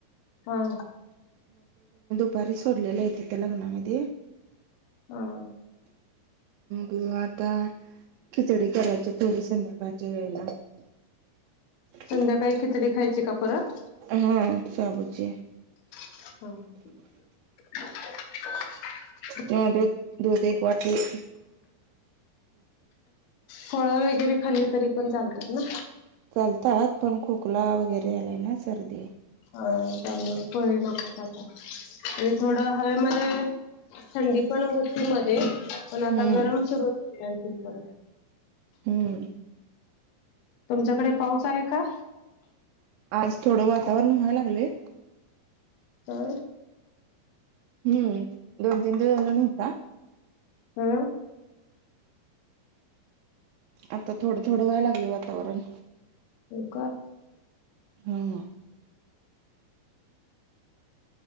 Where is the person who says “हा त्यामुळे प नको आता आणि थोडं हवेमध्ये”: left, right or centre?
Left